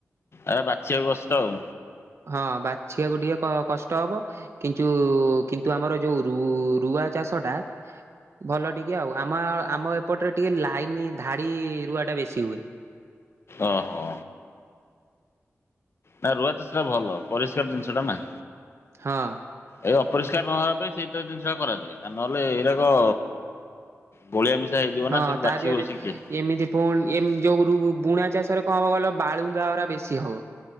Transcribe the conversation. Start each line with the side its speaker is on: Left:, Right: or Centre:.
Left: ଆରେ ବାଛିବାକୁ କଷ୍ଟ ଆଉ।
Right: ହଁ ବାଛିବାକୁ ଟିକେ କ କଷ୍ଟ ହବ। କିନ୍ତୁ କିନ୍ତୁ ଆମର ଯୋଉ ରୁ ରୁଆ ଚାଷ ଟା ଭଲ ଟିକେ ଆଉ ଆମ ଆମ ଏପଟରେ ଟିକେ ଲାଇନ ଧାଡି ରୁଆଟା ବେଶୀ ହୁଏ।
Left: ଓହୋ। ନା ରୁଆ ଚାଷଟା ଭଲ ପରିଷ୍କାର ଜିନିଷଟା ନା।
Right: ହଁ
Left: ଏଇ ଅପରିଷ୍କାର ନହବା ପାଇଁ ସେଇତ ଜିନିଷ ଟା କରାଯାଏ। ଆଉ ନହେଲେ ଏଗୁରାକ ଗୋଳିଆ ମିଶା ହେଇଯିବ
Right: ହଁ
Left: ନା ସବୁ
Right: ତା
Left: ବାଛିିବ
Right: ଦେହରେ
Left: ବସିକି।
Right: ଏମିତି ପୁଣି ଏମିତି ଯୋଉ ରୁ ବୁଣା ଚାଷରେ କଣ ହବ କହିଲ ବାଳୁଙ୍ଗାଗୁରା ବେଶୀ ହବ।